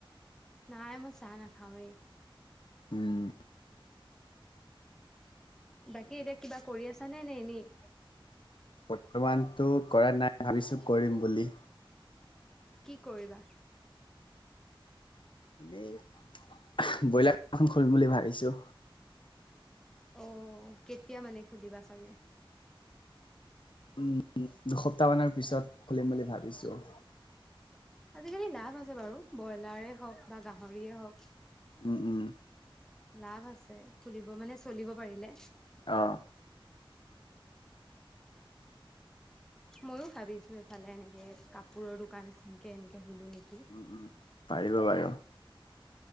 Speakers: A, in the centre; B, on the left.
A: নাই, মই চাহ নাখাওঁৱেই।
B: উম,
A: বাকী এতিয়া কিবা কৰি আছানে নে এনেই?
B: বৰ্তমানটো কৰা নাই, ভাবিছো কৰিম বুলি।
A: কি কৰিবা?
B: এই ব্ৰইলাৰ ফ্ৰাৰ্ম এখন খুলিম বুলি ভাবিছো।
A: অ', কেতিয়া মানে খুলিবা চাগে?
B: উম, দুসপ্তাহ মানৰ পিছত খুলিম বুলি ভাবিছো।
A: আজিকালি লাভ আছে বাৰু, ব্ৰইলাৰেেই হওক বা গাহৰিয়ে হওক।
B: উম, উম।
A: লাভ আছে খুলিব, মানে চলিব পাৰিলে।
B: অ'।
A: মইও ভাবিছো এইফালে, এনেকে কাপোৰৰ দোকান এখনকে এনেকে খোলো নেকি।
B: উম, উম, পাৰিবা বাৰু।